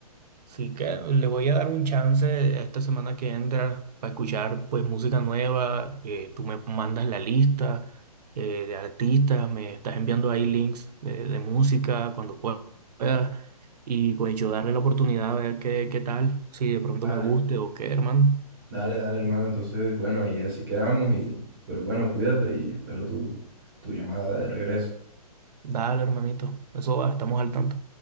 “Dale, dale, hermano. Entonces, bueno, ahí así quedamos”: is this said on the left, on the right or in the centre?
Right